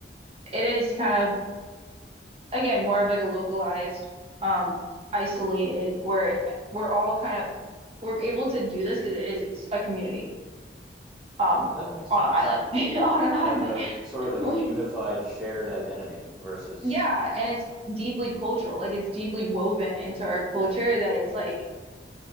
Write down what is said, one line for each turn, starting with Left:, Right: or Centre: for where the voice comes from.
Right: it is kind of again more of like a localized, um, isolated where we're all kind of we're able to do this because it is a community. um
Centre: That makes sense.
Right: on an island
Centre: It-
Right: <laughs> on an island
Centre: And a, a sort
Right: <laughs>
Centre: of a
Right: like
Centre: unified shared identity versus,
Right: yeah and it's deeply cultural like it's deeply woven into our culture that it's like